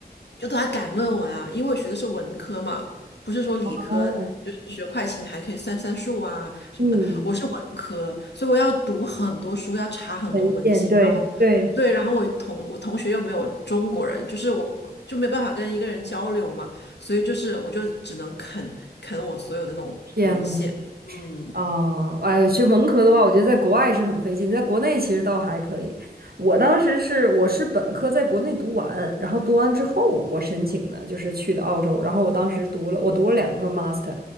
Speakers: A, on the left; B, on the right.
A: 就都在赶论文啊，因为我学的是文科嘛，不是说理科，
B: 哦，
A: 就是学会计你还可以算算数啊什么的，
B: 嗯，
A: 我是文科，所以我要读很多书，要查很多文献。
B: 文献对对，
A: 对，然后我同我同学又没有中国人，就是我我就没办法跟一个人交流嘛，所以就是我就只能啃啃我所有的那种文献，
B: 天呐。
A: 嗯
B: 啊，哎呦，学文科的话，我觉得在国外是很费劲，在国内其实倒还可以。我当时是我是本科在国内读完，然后读完之后我申请的，就是去的澳洲。然后我当时读了，我读了两个 master，